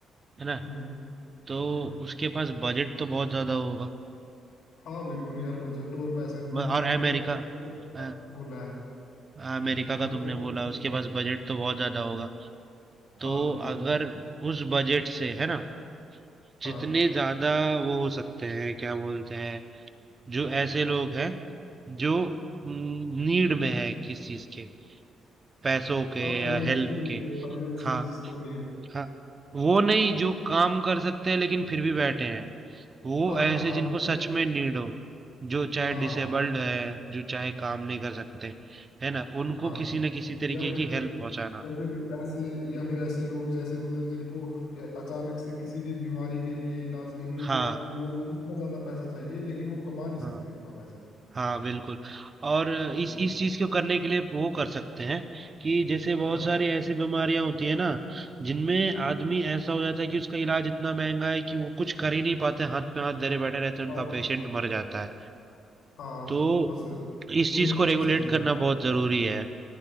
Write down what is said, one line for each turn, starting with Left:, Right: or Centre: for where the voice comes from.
Right: है ना
Left: हम्म
Right: तो
Left: हम्म
Right: उसके पास बजट तो बहुत ज्यादा होगा
Left: हाँ बिल्कुल यार बजट टूर वैसे भी
Right: म-
Left: मैंने तो
Right: और
Left: आपको
Right: अमेरिका
Left: बोला
Right: अ,
Left: है
Right: अमेरिका
Left: मतलब
Right: का तुमने
Left: वैसे
Right: बोला
Left: भी superpower।
Right: उसके पास बजट तो बहुत ज्यादा होगा तो
Left: हाँ बिल्कुल
Right: अगर उस बजट से है ना जितने
Left: हाँ
Right: ज्यादा वो हो सकते हैं क्या बोलते हैं जो ऐसे लोग हैं जो नीड में है किस चीज के पैसों के
Left: हाँ
Right: या
Left: फाइनेंशियली
Right: हेल्प के
Left: फाइनेंशियली
Right: हाँ
Left: जिसको नीड है
Right: हाँ वो नहीं जो काम कर सकते हैं लेकिन फिर भी बैठे हैं वो
Left: हाँ
Right: ऐसे
Left: हाँ हाँ
Right: जिनको
Left: वो-
Right: सच में नीड हो जो चाहे
Left: हाँ
Right: डिसेबल्ड
Left: हाँ
Right: है जो चाहे काम नहीं कर सकते है ना उनको
Left: हाँ
Right: किसी न किसी तरीके
Left: या फिर
Right: की हेल्प पहुंचाना
Left: या फिर ऐसे या फिर ऐसे लोग जैसे मतलब जिनको ए, अचानक से किसी भी बीमारी के लिए इलाज के लिए
Right: हाँ
Left: अ, वो इतना ज्यादा पैसा चाहिए लेकिन वो कमा नहीं
Right: हाँ
Left: सकते इतना पैसा
Right: हाँ बिल्कुल और इस
Left: तो
Right: इस चीज को करने के लिए वो कर सकते हैं कि जैसे बहुत
Left: क्या
Right: सारी ऐसी बीमारियां होती है ना जिनमें आदमी ऐसा हो जाता है कि उसका इलाज इतना महंगा है कि वो कुछ कर ही नहीं पाते हाथ पे हाथ धरे बैठे रहते हैं उनका
Left: हाँ हाँ
Right: पेशेंट
Left: हाँ
Right: मर जाता है
Left: हाँ, वो
Right: तो
Left: बस उसको
Right: इस चीज
Left: मृत्यु
Right: को रेगुलेट
Left: ही समझ
Right: करना
Left: लेता है
Right: बहुत जरूरी है